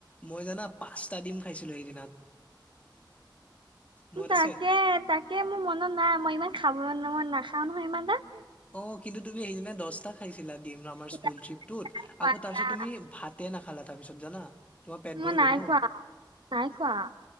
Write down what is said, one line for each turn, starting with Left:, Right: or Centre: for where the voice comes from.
Left: মই জানা পাঁচটা দিম খাইছিলো সেইদিনাত। মনত
Right: তাকে
Left: আছে
Right: তাকে মোৰ মনত নাই মই ইমান খাব ন মই নাখাওঁ নহয় ইমান দা।
Left: অ কিন্তু তুমি সেইদিনা দছটা খাইছিলা দিম। আমাৰ
Right: এটা
Left: স্কুলট্ৰিপটোত
Right: খোৱা
Left: আকৌ তাৰ
Right: দিয়া
Left: পিছত তুমি ভাতে নাখালা তাৰ পিছত জানা। তোমাৰ পেট
Right: মই
Left: ভৰি
Right: নাই
Left: গ'ল ন
Right: খোৱা নাই খোৱা